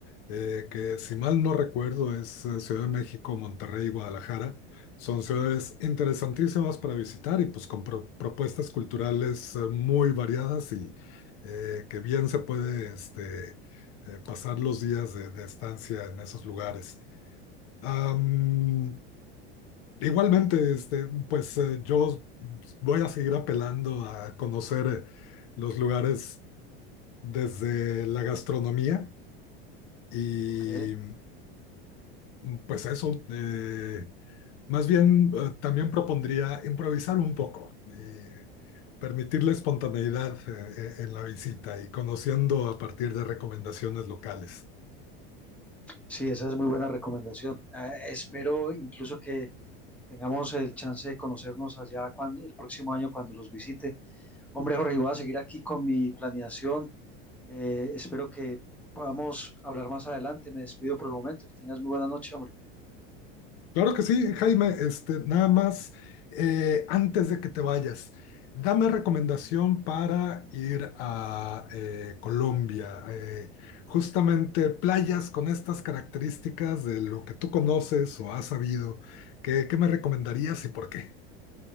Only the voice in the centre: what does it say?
Ok,
Sí, esa es muy buena recomendación. Ah, espero incluso que tengamos el chance de conocernos allá cuando, el próximo año cuando los visite. Hombre, Jorge, voy a seguir aquí con mi planeación. Eh, espero que podamos hablar más adelante. Me despido por el momento. Que tengas muy buena noche, hombre.